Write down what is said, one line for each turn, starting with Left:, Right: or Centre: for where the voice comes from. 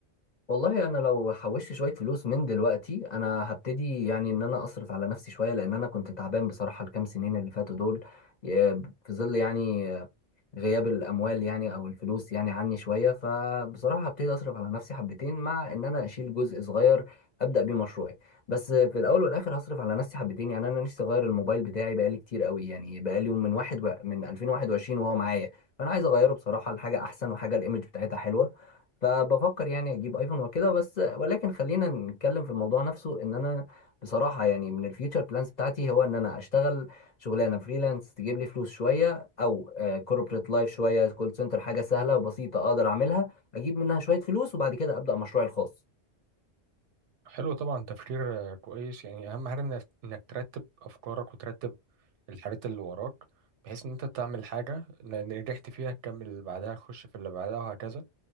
Left: والله انا لو حوشت شوية فلوس من دلوقتي انا هبتدي يعني ان انا اصرف على نفسي شوية لان انا كنت تعبان بصراحة الكام سنين اللي فاتوا دول ي- في ظل يعني غياب الاموال يعني او الفلوس يعني عني شويه فبصراحه هبتدي اصرف على نفسي حبتين مع ان انا اشيل جزء صغير ابدا بيه مشروعي بس في الاول والاخر هصرف على نفسي حبتين يعني انا نفسي اغير الموبايل بتاعي بقالي كتير قوي يعني بقالي من واحد و... من 2021 وهو معايا فانا عايز اغيره بصراحه لحاجه احسن وحاجه الايمج بتاعتها حلوه فبفكر يعني اجيب ايفون وكده بس ولكن خلينا نتكلم في الموضوع نفسه ان انا بصراحه يعني من الفيوتشر بلانز بتاعتي هو ان انا اشتغل شغلانه فريلانس تجيب لي فلوس شويه او كوربريت لايف شويه كول سنتر حاجه سهله وبسيطه اقدر اعملها اجيب منها شويه فلوس وبعد كده ابدا مشروعي الخاص
Right: حلو طبعا تفكير آه، كويس يعني اهم حاجه انك إنك ترتب افكارك وترتب الحاجات اللي وراك بحيث ان انت تعمل حاجه إن- إن نجحت فيها تكمل اللي بعدها تخش في اللي بعدها وهكذا